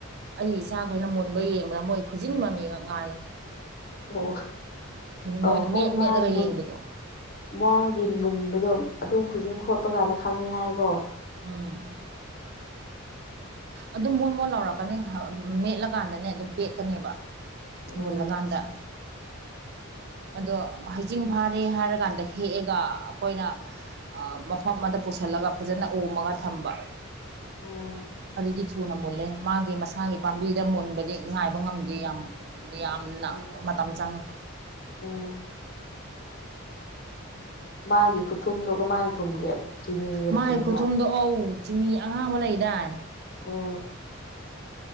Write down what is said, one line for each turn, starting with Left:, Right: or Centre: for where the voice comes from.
Right: ꯑꯩ ꯏꯆꯥꯈꯩꯅ ꯃꯨꯟꯕ ꯌꯦꯡꯕꯗ ꯃꯣꯏ ꯈꯨꯖꯤꯟꯕ ꯃꯤꯈꯛ ꯉꯥꯏꯔ
Left: ꯑꯣ ꯑ
Right: ꯃꯣꯏꯅ
Left: ꯃꯣꯏ
Right: ꯃꯦꯠ
Left: ꯃꯥꯥꯏ
Right: ꯃꯦꯠꯂꯒ
Left: ꯃꯨꯟ
Right: ꯌꯦꯡꯕꯗꯣ
Left: ꯃꯥꯒꯤ ꯃꯨꯟꯕꯗꯣ ꯑꯗꯨꯝ ꯈꯨꯗꯤꯡ ꯈꯣꯠꯄ ꯀꯥꯟꯗ ꯈꯪꯉꯤ ꯍꯥꯏꯀꯣ
Right: ꯎꯝ ꯑꯗꯨꯝ ꯃꯣꯣꯟ ꯃꯣꯟꯠ ꯂꯧꯔꯛꯀꯅꯤ ꯃꯦꯠꯂꯀꯥꯟꯗꯅꯦ ꯑꯗꯨꯝ ꯄꯦꯠꯀꯅꯦꯕ
Left: ꯎꯝ
Right: ꯃꯣꯂ ꯀꯥꯟꯗ ꯑꯗꯣ ꯍꯩꯖꯤꯡ ꯐꯥꯔꯦ ꯍꯥꯏꯔꯀꯥꯟꯗ ꯍꯦꯛꯑꯒ ꯑꯩꯈꯣꯏꯅ ꯃꯐꯝ ꯑꯃꯗ ꯄꯨꯁꯤꯜꯂꯒ ꯐꯖꯅ ꯑꯣꯝꯃꯒ ꯊꯝꯕ
Left: ꯑꯣ
Right: ꯑꯗꯨꯗꯤ ꯊꯨꯅ ꯃꯨꯜꯂꯦ ꯃꯥꯒꯤ ꯃꯁꯥꯒꯤ ꯄꯥꯝꯕꯤꯗ ꯃꯨꯟꯕꯗꯤ ꯉꯥꯏꯕ ꯉꯝꯗꯦ ꯌꯥꯝ ꯌꯥꯝꯅ
Left: ꯎꯝ
Right: ꯃꯇꯝ ꯆꯪꯉꯏ
Left: ꯎꯝ ꯃꯥꯒꯤ ꯈꯨꯊꯨꯝꯗꯨꯣ ꯀꯃꯥꯏꯅ ꯊꯨꯝꯒꯦ ꯆꯤꯅꯤꯒꯨꯝ
Right: ꯃꯥꯒꯤ
Left: ꯊꯨꯝꯕ꯭ꯔꯥ
Right: ꯈꯨꯊꯨꯝꯗꯣ ꯑꯧ ꯆꯤꯅꯤ ꯑꯉꯥꯡꯕ ꯂꯩꯗꯥꯏ
Left: ꯎꯝ